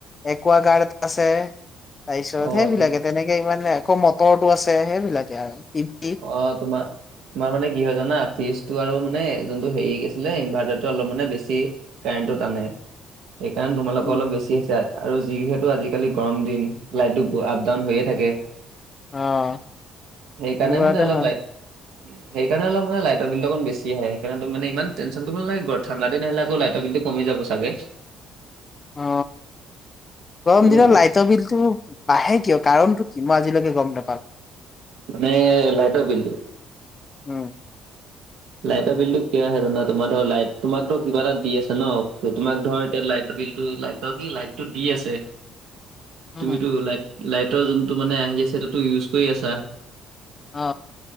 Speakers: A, on the left (about 30°); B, on the right (about 60°).
A: একুৱ গাৰ্ড আছে। তাৰ পিছত
B: অ
A: সেইবিলাকে
B: তুম
A: তেনেকে ইমানে আকৌ মটৰটো আছে সেইবিলাকে আৰু টিভি।
B: অ, তোমাৰ তোমাৰ মানে কি হয় জানা ফ্ৰিজটো আৰু মানে যোনটো হেৰি গ আছিলে ইনভাৰ্টাৰ অলপ মানে বেছি কাৰেণ্টো টানে সেইকাৰণে তোমালোকৰ
A: উম,
B: অলপ বেছি হৈছে আৰু যিহেতু আজিকালি গৰম দিন লাইটটো আপ ডাউন হৈয়ে থাকে।
A: অ।
B: সেইকাৰণে
A: এনেকুৱাতে
B: মান অলপ লাইট
A: <inaudible>
B: সেইকাৰণে অলপ মান লাইটৰ বিলটো অকণ বেছি আহে সেইকাৰনে তুমি মানে ইমান টেনচন কৰিব নালাগে ঠাণ্ডা দিন আহিলে আকৌ লাইটৰ বিলটো কমি যাব চাগে।
A: অ, গৰম
B: উম,
A: দিনত লাই বিলতো বাঢ়ে কিয় কাৰণটো কি মই আজিলৈকে গম নাপাওঁ।
B: মানে লাইটৰ বিলটো?
A: উম,
B: লাইটৰ বিলতো কিয় আহে জানো তোমাৰ ধৰ লাইট তোমাক ধৰ কিবা এটা দি আছে ন তোমাক ধৰ এতিয়া লাইট বিলতটো লাইটৰ কি লাইটটো দি আছে,
A: উম,
B: তুমিতো লাইট লাইটৰ যোনটো মানে আহি আছে সেটোতো ইউজ কৰি আছা,
A: অ,